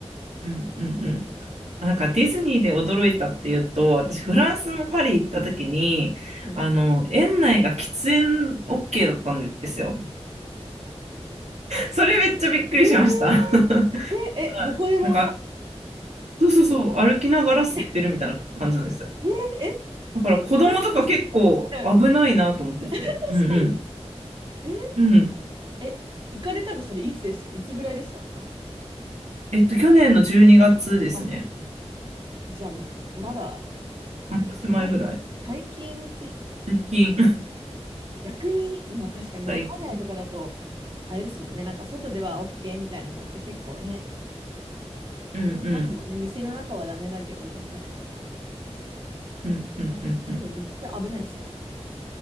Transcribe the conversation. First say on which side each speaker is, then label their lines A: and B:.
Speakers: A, on the right (about 80°); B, on the right (about 55°).
A: うんうんうん。
B: うん。
A: あなんかディズニーで驚いたっていうと、私フランスのパリ行った時に、
B: うんはい、
A: あの、園内が喫煙 OK だったんですよ。それめっちゃびっくりしました。
B: えーえ、え、
A: <laughs>
B: どこでも
A: なんか、そうそうそう、歩きながら吸ってるみたいな感じなんですよ。
B: 歩き、えー、え、
A: だから子供とか結構危ないなと思ってて。
B: その、行かれ、うん、<laughs> 確かに。
A: うんうん。
B: え、
A: うん。
B: え、行かれたのそれいつですかいつぐらいですかフランス。
A: えっと、去年の12月ですね。
B: あ、じゃあ、まだ、
A: 半年前ぐらい。
B: 最、最近、
A: 最近。
B: 逆に、まあ確かに、
A: <laughs> 最近。
B: でも海外とかだと、あれですもんね、なんか外では OK みたいなのって結構ね、
A: うんうん。
B: いますもんね。店の中はダメだけど、みたいな。
A: うんうんうんうん。
B: でもめっちゃ危ないですね。